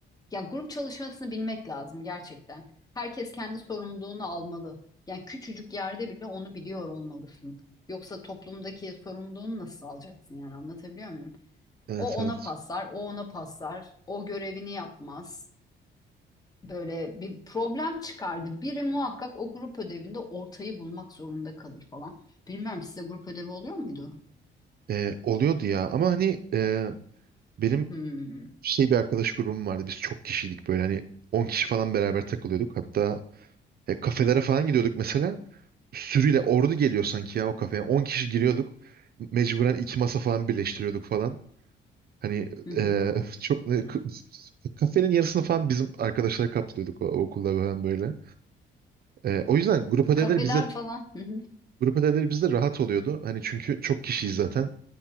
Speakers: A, on the left; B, on the right.
A: Yani grup çalışmasını bilmek lazım gerçekten. Herkes kendi sorumluluğunu almalı. Yani küçücük yerde bile onu biliyor olmalısın. Yoksa toplumdaki sorumluluğunu nasıl alacaksın yani anlatabiliyor muyum?
B: Evet
A: O ona
B: evet.
A: paslar, o ona paslar, o görevini yapmaz böyle bir problem çıkardı. Biri muhakkak o grup ödevinde ortayı bulmak zorunda kalır falan. Bilmiyorum size grup ödevi oluyor muydu?
B: Ee, oluyordu ya ama hani e, benim
A: Hmm.
B: şey bir arkadaş grubum vardı. Biz çok kişiydik böyle hani 10 kişi falan beraber takılıyorduk. Hatta E, kafelere falan gidiyorduk mesela. Sürüyle ordu geliyor sanki ya o kafeye. on kişi giriyorduk. Mecburen iki masa falan birleştiriyorduk falan. Hani
A: <laughs> Hı hı.
B: e, <laughs> çok
A: Hı.
B: kafenin yarısını falan bizim arkadaşlar kaplıyorduk o, okulda falan böyle. E, o yüzden grup ödevleri
A: Kafeler
B: bizde
A: falan. <laughs> Hı hı.
B: grup ödevleri bizde rahat oluyordu. Hani çünkü çok kişiyiz zaten.